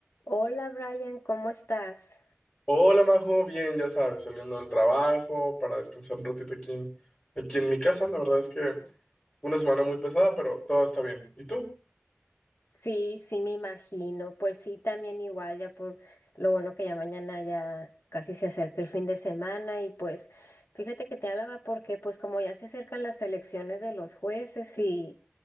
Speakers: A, on the left; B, on the left.
A: Hola Brian, ¿cómo estás?
B: Hola, Majo, bien, ya sabes, saliendo del trabajo para descansar un ratito aquí en, aquí en mi casa. La verdad es que fue una semana muy pesada, pero todo está bien. ¿Y tú?
A: Sí, sí, me imagino. Pues sí, también igual, ya por lo bueno que ya mañana ya casi se acerca el fin de semana y pues fíjate que te hablaba porque pues como ya se acercan las elecciones de los jueces y,